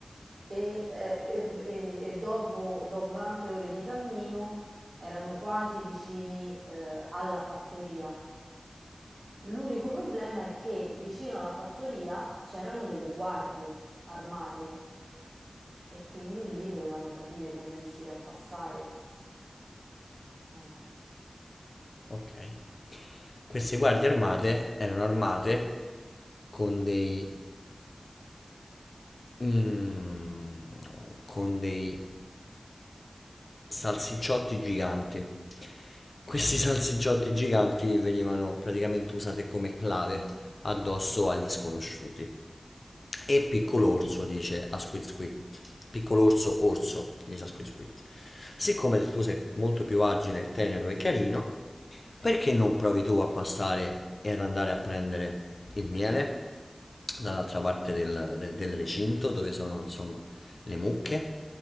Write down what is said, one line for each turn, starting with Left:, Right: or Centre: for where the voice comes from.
Right: e, eh, e- e- e dopo, dopo tante ore di cammino erano quasi vicini eh, alla fattoria. L'unico problema è che vicino alla fattoria c'erano delle guardie armate e quindi lì dovevano capire come riuscire a passare. Vai.
Left: Ok. Queste guardie armate erano armate con dei... mm, con dei salsicciotti giganti. Questi salsicciotti giganti venivano praticamente usati come clave addosso agli sconosciuti. E piccolo orso dice a Squid Squid. Piccolo orso orso dice a Squid Squid. Siccome tu sei molto più agile, tenero e carino, perché non provi tu a passare e ad andare a prendere il miele dall'altra parte del, del- del recinto dove sono insomma le mucche.